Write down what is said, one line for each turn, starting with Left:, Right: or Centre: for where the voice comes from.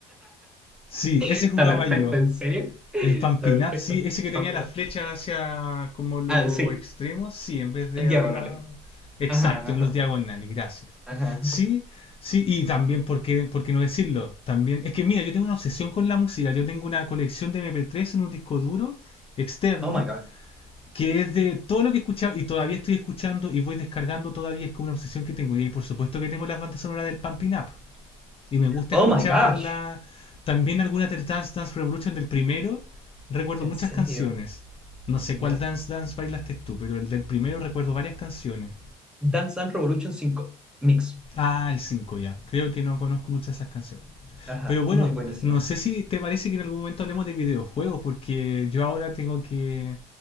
Left: Sí,
Centre: Está
Left: ese jugaba
Centre: perfecto,
Left: yo.
Centre: en serio. <laughs> Está
Left: El pumping
Centre: perfecto.
Left: up, sí, ese que tenía
Centre: Va
Left: las flechas hacia como los
Centre: Ah, sí,
Left: extremos, sí, en vez de
Centre: diagonales.
Left: arriba, exacto,
Centre: Ajá, ajá,
Left: en los diagonales, gracias.
Centre: ajá.
Left: Sí, sí, y también, ¿por qué, por qué no decirlo? También, es que mira, yo tengo una obsesión con la música, yo tengo una colección de MP3 en un disco duro externo,
Centre: Oh my god.
Left: que es de todo lo que he escuchado y todavía estoy escuchando y voy descargando todavía, es como una obsesión que tengo. Y ahí por supuesto que tengo las bandas sonoras del Pumping Up. Y me gusta
Centre: Oh
Left: escucharla.
Centre: my gosh.
Left: También algunas del Dance Dance Revolution del primero. Recuerdo
Centre: En
Left: muchas
Centre: serio.
Left: canciones. No sé
Centre: Ya.
Left: cuál Dance Dance bailaste tú, pero el del primero recuerdo varias canciones.
Centre: Dance Dance Revolution cinco Mix.
Left: Ah, el 5 ya. Creo que no conozco muchas de esas canciones.
Centre: Ajá.
Left: Pero bueno,
Centre: Muy buenísimo.
Left: no sé si te parece que en algún momento hablemos de videojuegos, porque yo ahora tengo que,